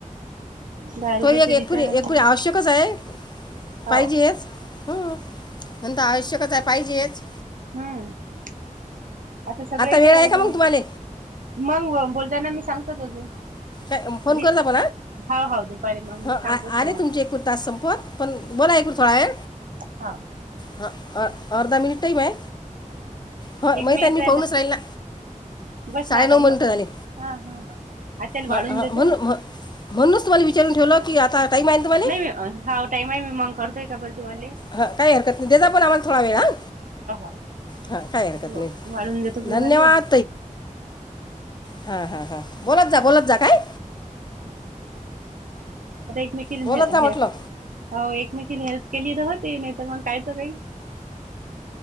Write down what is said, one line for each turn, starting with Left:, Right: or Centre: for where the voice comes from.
Right: दहा रुपयाचे
Left: तो एक एकपुरी
Right: रिचार्ज आणि
Left: एकपुरी आवश्यकच आहे,
Right: हो
Left: पाहिजे हेच हम् नणता आवश्यकच आहे पाहिजेच.
Right: हम्म! आता सगळं इच्या
Left: वेळ
Right: होत
Left: आहे
Right: का?
Left: मग तुम्हाला
Right: मग बोलताना मी सांगतो अजून.
Left: फो <unintelligible>
Right: मी हाव हाव दुपारी मग मी
Left: ह आ
Right: सांगतोच
Left: आले
Right: तुम्हाला
Left: तुमचे एकूण तास संपवत पण बोला एकऐकू थोडा आहे.
Right: हा!
Left: ह अर्धा मिनिटही टाईम आहे. हो
Right: एक
Left: माहित
Right: मिनिट
Left: मी
Right: राहिला
Left: पाहनच राहिल ना,
Right: बस
Left: साडे
Right: मग आता
Left: नऊ
Right: मग
Left: मिनटं झाले.
Right: हा हा आ त्याल
Left: हां
Right: वाळून
Left: हां
Right: देतो.
Left: म्हणून म्ह- म्हणूनच तुम्हाला विचारून ठेवलं की आता, टाईम आहे ना तुम्हाला
Right: नाही मी हा टाईम आहे मी मग करतोय का बर तुम्हाला.
Left: हां काही हरकत नाही देजा पण आम्हाला थोडा वेळ हां
Right: <unintelligible>
Left: हां काही हरकत नाही
Right: वाळून देतो पूर
Left: धन्यवाद
Right: आले.
Left: हा हा हा बोलत जा बोलत जा काय.
Right: आता एकमेकील
Left: बोलत जा म्हटलं
Right: हे, हो एकमेकीने हेल्प केली तर हो ते नाही तर मग कायच काही.